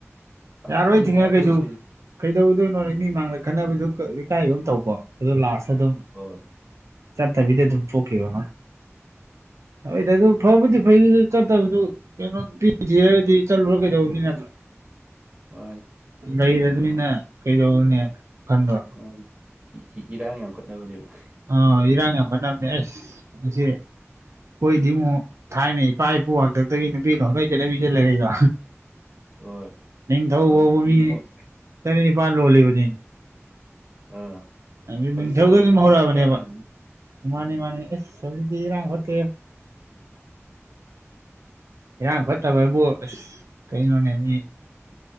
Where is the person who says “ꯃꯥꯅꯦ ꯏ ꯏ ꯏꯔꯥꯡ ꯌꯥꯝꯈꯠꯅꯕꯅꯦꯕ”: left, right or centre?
Right